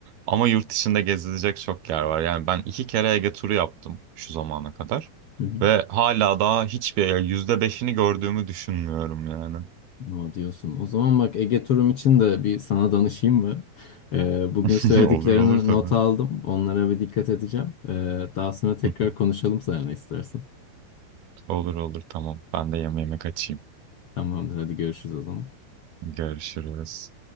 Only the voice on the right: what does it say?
Ama yurt dışında gezilecek çok yer var. Yani ben iki kere Ege turu yaptım şu zamana kadar.
Ve hala daha hiçbir yani yüzde beşini gördüğümü düşünmüyorum yani.
<laughs>
Olur olur tabii.
<laughs>
Olur olur tamam. Ben de yemeğime kaçayım.
Görüşürüz.